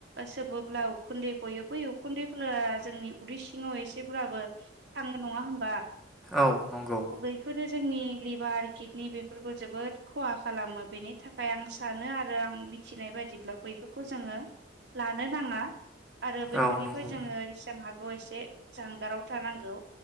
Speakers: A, on the right; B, in the centre.
A: सोबोब्ला उखुन्दै गयो बै उखुन्दैफोरा जोंनि उदै सिङाव एसेब्लाबो थांङो नङा होमबा?
B: औ नंगौ।
A: बैफोरो जोंनि लिभार किडनि बेफोरखौ जोबोद खहा खालामो बेनि थाखाय आं सानो आरो आं मिथिनाय बायदिब्ला बै बिफोरखौ जोङो लानो नाङा आरो बैफोरनिफ्राय
B: औ नंगौ
A: जोङो जेसां हा गौ एसे जानगाराव थानांगौ।